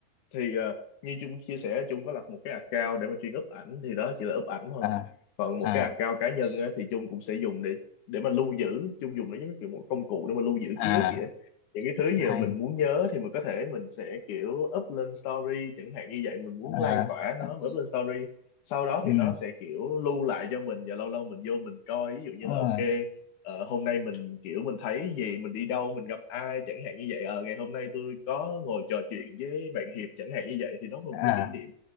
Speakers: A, on the left; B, on the left.
A: thì ờ, như Trung chia sẻ Trung có lập một cái account để mà chuyên up ảnh thì đó chỉ là up ảnh thôi
B: à
A: còn một
B: à
A: cái account cá nhân á, thì Trung cũng sẽ dùng để để mà lưu giữ Trung dùng nó giống như kiểu một công cụ để mà lưu giữ
B: à
A: ký ức vậy á. những cái thứ gì mà
B: hay
A: mình muốn nhớ thì mình có thể mình sẽ kiểu up lên story chẳng hạn như vậy mình muốn
B: à,
A: lan tỏa
B: à
A: nó mình up lên story sau đó
B: ừ
A: thì nó sẽ kiểu lưu lại cho mình và lâu lâu mình vô mình coi ví dụ như
B: đúng
A: là
B: rồi
A: ok ờ, hôm nay mình kiểu mình thấy gì mình đi đâu mình gặp ai chẳng hạn như vậy ờ, ngày hôm nay tôi có ngồi trò chuyện với bạn Hiệp chẳng hạn như vậy thì nó là
B: à
A: một cái kỷ niệm